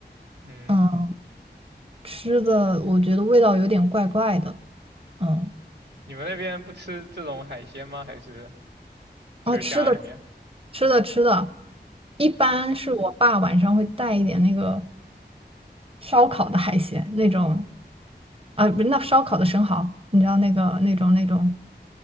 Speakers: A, on the right; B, on the right.
A: <laughs> 嗯，
B: 嗯，吃的我觉得味道有点怪怪的，嗯，
A: 你们那边不吃这种海鲜吗？还是就是家里面？
B: 哦，吃的吃的吃的，一般是我爸晚上会带一点那个。烧烤的海鲜那种，啊，不是那烧烤的生蚝，你知道那个那种那种